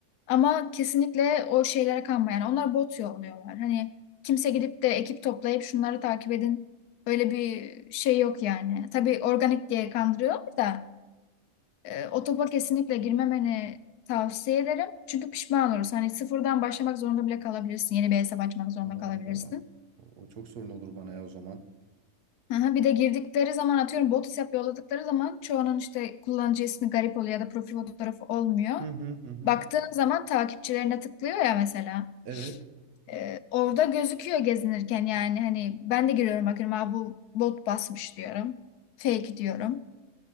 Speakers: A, on the left; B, on the right.
A: Ama kesinlikle o şeylere kanma. Yani onlar bot yolluyorlar. Hani kimse gidip de ekip toplayıp şunları takip edin. Öyle bir şey yok yani. Tabii organik diye kandırıyor da e, o topa kesinlikle girmemeni tavsiye ederim. Çünkü pişman olursun. Hani sıfırdan başlamak zorunda bile kalabilirsin. Yeni bir hesap açmak zorunda
B: Aa,
A: kalabilirsin.
B: o çok sorun olur bana ya o zaman.
A: Aha, bir de girdikleri zaman atıyorum bot hesap yolladıkları zaman çoğunun işte kullanıcı ismi garip oluyor ya da profil fotoğrafı olmuyor.
B: Hı hı hı hı.
A: Baktığın zaman takipçilerine tıklıyor ya mesela.
B: Evet.
A: Ee, orada gözüküyor gezinirken yani hani ben de giriyorum bakıyorum Aa, bu bot basmış diyorum. Fake diyorum.